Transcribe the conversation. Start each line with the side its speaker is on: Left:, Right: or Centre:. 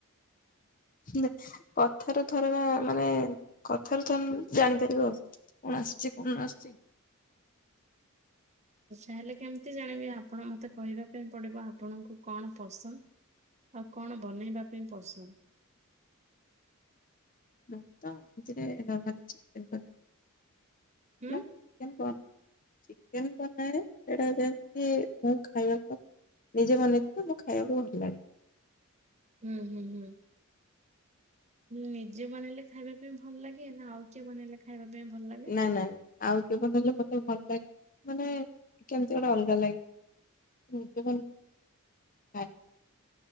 Left: <inaudible> <inaudible>
Right: ହେଲେ କେମ୍ତି ଜାଣିବି? ଆପଣ ମତେ କହିବା ପାଇଁ ପଡିବ, ଆପଣଙ୍କୁ କ'ଣ ପସନ୍ଦ୍। ଆଉ କ'ଣ ବନେଇବା ପାଇଁ ପସନ୍ଦ୍?
Left: <inaudible> <inaudible>
Right: ହୁଁ
Left: <inaudible> ନିଜେ ବନେଇ ତ, ମୁଁ ଖାଇବାକୁ ଭଲ୍‌ ଲାଗେ।
Right: <inaudible> ନିଜେ ବନେଇଲେ ଖାଇବା ପାଇଁ ଭଲ୍‌ ଲାଗେ? ନା ଆଉ କିଏ ବନେଇଲେ ଖା ଖାଇବା ପାଇଁ ଭଲ୍ ଲା
Left: ନା ନା ଆଉ କିଏ ବନେଇଲେ ମତେ ଭଲ ଲା, ମାନେ କେମ୍ତି ଗୋଟେ ଅଲଗା ଲା ଁ ତ ଆ